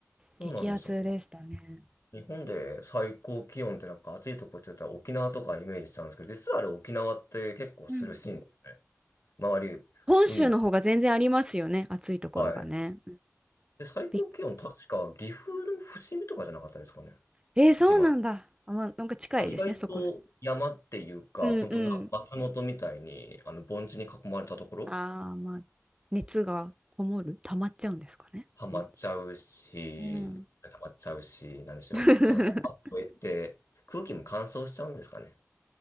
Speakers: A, on the left; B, on the right.
A: そうなんですよ。
B: 激アツでしたね。
A: 日本で最高気温ってなんか暑いとこって言ったら沖縄とかイメージしちゃうんですけど、実はあれ沖縄って結構涼しいんですよね。
B: うん
A: 周り、
B: 本州の方が全然ありますよね。
A: 海に。
B: 暑いところがね。
A: はい。で、最高気温確か岐阜の伏見とかじゃなかったですかね。
B: びっえー、そうなんだ。
A: 一番。
B: あ、まあ、なんか近いですね、
A: 意外と山っていうか、
B: そこら。うんうん。
A: 本当な松本みたいにあの盆地に囲まれたところ、
B: ああ、まあ、熱がこもる、溜まっちゃうんですかね。
A: ハマっちゃうし、
B: ほんうん。
A: 溜まっちゃうし、なんでしょう。
B: <laughs>
A: やっぱり山越えて空気も乾燥しちゃうんですかね。